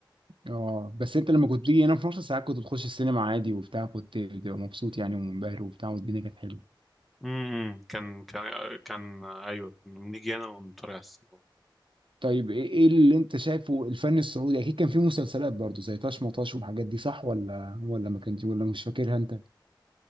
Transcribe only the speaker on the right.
اه بس انت لما كنت بتيجي هنا في مصر ساعات كنت بتخش السينما عادي وبتاع كنت بتبقى مبسوط يعني ومنبهر وبتاع والدنيا كانت حلوه
طيب ايه إيه اللي انت شايفه الفن السعودي اكيد كان فيه مسلسلات برضو زي طاش مطاش والحاجات دي صح ولا ولا ما كانش ولا مش فاكرها انت